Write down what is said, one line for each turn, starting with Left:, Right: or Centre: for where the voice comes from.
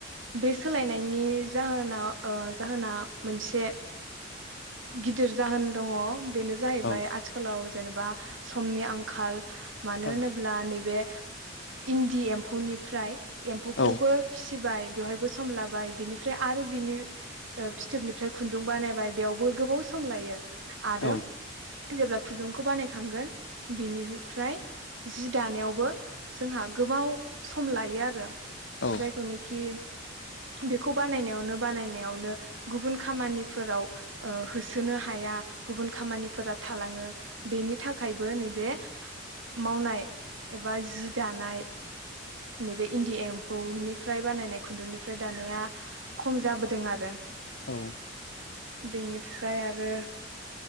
Right: बे सोलायनायनि जाहोनाव ओ जाहोना मोनसे गिदिर जाहोन दङ। बेनो जाहैबाय
Left: औ
Right: आथिखालाव जेनेबा समनि आंखाल, मानो
Left: औ
Right: होनोब्ला नैबे, इन्दि एम्फौनिफ्राय, एम्फौखौबो
Left: औ
Right: फिसि फिसिबाय बेवहायबो सम लाबाय बिनिफ्राय आरो बिनि ओ फिथोबनिफ्राय खुन्दुं बानायबाय बेयावबो गोबाव सम लायो। आरो
Left: औ
Right: जेब्ला खुदुंखौ बानायखांगोन, बेनिफ्राय जि दानायावबो जोंहा गोबाव सम लायो आरो
Left: औ
Right: जायखौ नोखि, बेखौ बानायनायावनो बानायनायावनो गुबुन खामानिफोराव, ओ होसोनो हाया, गुबुन खामानिफोरा थालाङो। बेनि थाखायबो नैबे मावनाय एबा जि दानाय नैबे इन्दि एम्फौनिफ्राय बानायनाय खुन्दुंनिफ्राय दानाया खम जाबोदों आरो।
Left: औ।
Right: बेनिफ्राय आरो